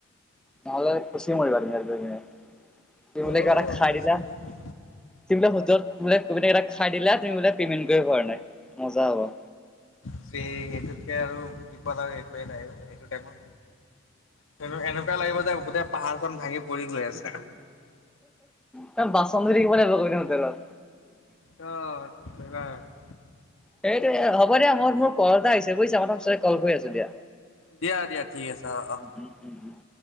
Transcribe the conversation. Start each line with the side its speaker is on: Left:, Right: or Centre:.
Centre: নহ'লে ফাঁচি মৰিবা তুমি তাত গৈ কেনে, কি বুলি
Left: অ
Centre: কৈ এটা খাই
Left: মুস্কিল
Centre: দিলা।
Left: মুস্কিল
Centre: তুমি বোলে হোটেলত বোলে <unintelligible> খাই দিলা তুমি বোলে পেমেণ্ট কৰিব পৰা নাই, মজা হ'ব।
Left: বেহ, সেইটোতকে আৰু বিপদ আৰু একোৱে নাই অ, সেইটো টাইমত <unintelligible> তই লাগিব যে গোটেই পাহাৰখন ভাঙি পৰি গৈ আছে
Centre: তাত বাচন ধুই থাকিব লাগিব <unintelligible> হোটেলত।
Left: অ', তেনেকুৱাই আৰু।
Centre: সেইটোৱে হ'ব দিয়া মই মোৰ কল এটা আহি বুজিছা, মই তোমাক পিছতকে কল কৰি আছোঁ দিয়া।
Left: দিয়া দিয়া ঠিক আছে অ', অ',
Centre: উম উম উম উম।